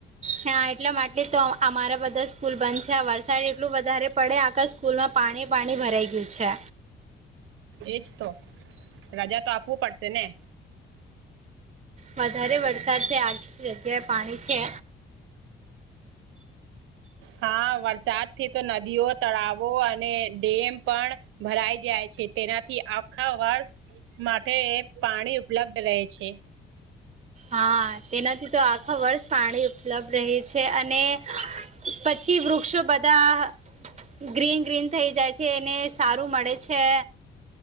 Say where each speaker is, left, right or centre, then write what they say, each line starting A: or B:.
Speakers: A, on the right; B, on the right.
A: હા એટલા માટે તો અમારા બધા સ્કૂલ બંધ છે આ વરસાડ એટલું વધારે પડે આખા સ્કૂલમાં પાણી પાણી ભરાઈ ગયું છે.
B: એજ તો રજા તો આપવું પડશે ને.
A: વધારે વરસાદ છે, આજ જગ્યાએ પાણી છે.
B: હા વરસાદથી તો નદીઓ તળાવો અને ડેમ પણ ભરાઈ જાય છે, તેનાથી આખા વર્ષ માટે પાણી ઉપલબ્ધ રહે છે.
A: હા તેનાથી તો આખા વર્ષ પાણી ઉપલબ્ધ રહે છે, અને પછી વૃક્ષો બધા ગ્રીન ગ્રીન થઇ જાય છે, એને સારું મળે છે.